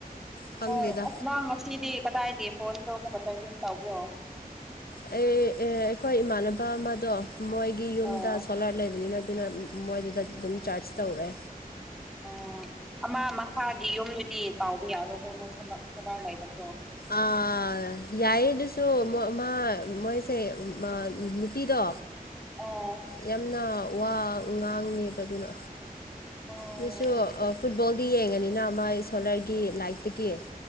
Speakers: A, on the left; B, in the centre.
A: ꯈꯪꯗꯦꯗ
B: ꯍꯣꯏ ꯑꯁ ꯅꯪ ꯉꯁꯤꯗꯤ ꯀꯗꯥꯏꯗ ꯐꯣꯟꯗꯣ ꯑꯃ ꯈꯛꯇꯖꯨꯝ ꯇꯧꯕ꯭ꯔꯣ
A: ꯑꯩ ꯑꯦ ꯑꯩꯈꯣꯏ ꯏꯃꯥꯟꯅꯕ ꯑꯃꯗꯣ ꯃꯣꯏꯒꯤ ꯌꯨꯝꯗ
B: ꯑꯣ
A: ꯁꯣꯂꯥꯔ ꯂꯩꯕꯅꯤꯅ ꯑꯗꯨꯅ ꯃꯣꯏꯗꯨꯗ ꯑꯗꯨꯝ ꯆꯥꯔꯖ ꯇꯧꯔꯦ
B: ꯎꯝ ꯑꯃ ꯃꯈꯥꯒꯤ ꯌꯨꯝꯗꯨꯗꯤ ꯇꯥꯎꯕ ꯌꯥꯔꯣꯏꯗꯣ ꯃꯣꯏ ꯀꯗꯥꯏꯗꯥꯏꯗꯕ꯭ꯔꯣ
A: ꯑꯥ ꯌꯥꯏꯌꯦ ꯑꯗꯨꯁꯨ ꯃꯥ ꯃꯣꯏꯁꯦ ꯅꯨꯄꯤꯗꯣ
B: ꯑꯥ
A: ꯌꯥꯝꯅ ꯋꯥ ꯉꯥꯡꯉꯦꯕꯗꯨꯅ
B: ꯑꯣ
A: ꯑꯗꯨꯁꯨ ꯐꯨꯠꯕꯣꯜ ꯌꯦꯡꯉꯅꯤꯅ ꯃꯥꯏ ꯁꯣꯂꯔꯒꯤ ꯂꯥꯏꯠꯇꯒꯤ